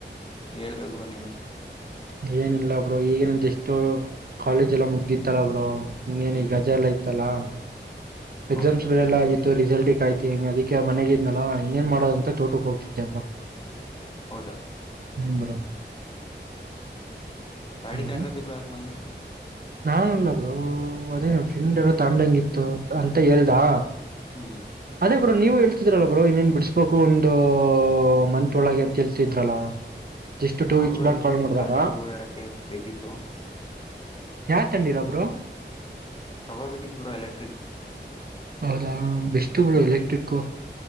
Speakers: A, on the left; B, on the right.
A: ಹೇಳ್ಬೇಕ್ರ ನೀವು
B: ಏನಿಲ್ಲ ಬ್ರ ಈಗನ ಎಷ್ಟೋ ಕಾಲೇಜ್ ಎಲ್ಲ ಮುಗ್ದಿತ್ತಾರಬ್ರ ಇನ್ನೇನ
A: ಹ್ಮ್
B: ಈಗ
A: ಹ್ಮ್
B: ಗಜ ಎಲ್ಲ ಯತ್ತಲ್ಲಾ ಎಕ್ಸಾಮ್ಸ್
A: ಹೌದಾ
B: ಎಲ್ಲ ಆಗ ಇ ರಿಸಲ್ಟ್ಕ್ಾಯ್ತಿ ಅದಕ್ಕೆ ಮನೆಗಿ ಇದ್ನಲ್ಲ ಇನ್ನೇನ್ ಮಾಡೋದ ಅಂತ ತೋಟಕ್ಕೆ ಹೋಗ್ತಿದ್ದೆಪ್ಪಾ
A: ಹೌದಾ
B: ಹ ಬ್ರೋ
A: ಗಾಡಿ
B: ಹಲೋ
A: ತಗೊಂಡ್ರಂತೆ ಬ್ರೋ ಅದು ಮೊನ್ನೆ
B: ನಾಲ್ಲರು ಅದೇ ಫ್ರೆಂಡ್ ಎರಡು ತಂಡಂಗಿತ್ತು ಅಂತ ಹೇಳೇಳ್್ದಾ
A: ಹ್ಮ ಹ್ಮ್
B: ಬರೋ ನೀವ ಹೇಳ್ತಿದ್ರಲ್ಲ ಬರೋ ಇನ್ನೇನ್ ಬಿಡಿಸಸ್ಬೇಕು ಒಂದು ಮಂತ್ ಒಳಗೆ ಅಂತ ಹೇಳ್ತಿದ್ರಲ್ಲ ಜಸ್ ಟ
A: ಆ
B: ವಸ್
A: ಬ್ರೋ
B: ಬ
A: ಇಲ್ಲಿ
B: ಕಾ ಮಾಡಾರ
A: ಕಾಲೇಜ್ ಓಡಾಡಕ್ಕೆ ಬೇಕಿತ್ತು
B: ಯ ತಂಡಿರ ಬ್ರೋ
A: ತಗೋಬೇಕಿದ್ ಬರಾ ಎಲೆಕ್ಟ್ರಿಕ್ು
B: ಹೌದಾ ಬೆಷ್ಟು ಬಿರು ಎಲೆಕ್ಟ್ರಿಕ್ು